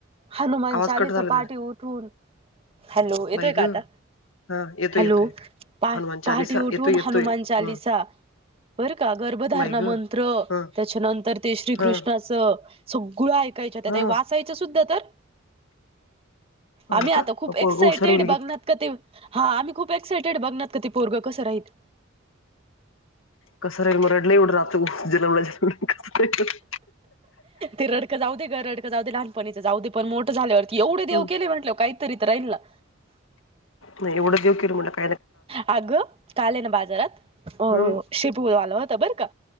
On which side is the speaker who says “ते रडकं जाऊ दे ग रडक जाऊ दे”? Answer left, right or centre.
Right